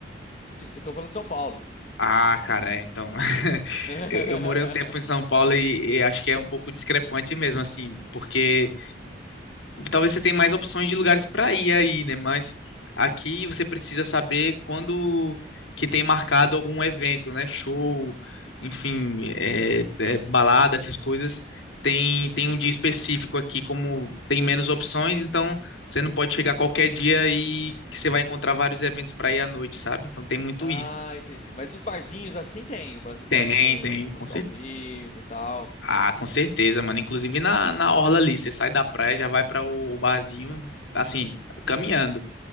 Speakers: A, on the left (about 40°); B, on the left (about 85°).
A: Sim, eu tô falando de São Paulo.
B: Ah, cara, é, então. <laughs>
A: <laughs>
B: Eu, eu morei um tempo em São Paulo e, e acho que é um pouco discrepante mesmo, assim, porque Talvez você tenha mais opções de lugares para ir aí, né? Mas aqui você precisa saber quando que tem marcado algum evento, né? Show, enfim, é, é, balada, essas coisas. Tem, tem um dia específico aqui, como tem menos opções, então você não pode chegar qualquer dia e que você vai encontrar vários eventos para ir à noite, sabe? Então tem muito
A: Ah,
B: isso.
A: entendi. Mas os barzinhos assim tem, um barzinho,
B: Tem,
A: um barzinho com
B: tem,
A: uma
B: com
A: música
B: certeza.
A: ao vivo e tal.
B: Ah, com certeza, mano. Inclusive na,
A: To-
B: na orla ali, você sai da praia, já vai para o, o barzinho, assim, caminhando.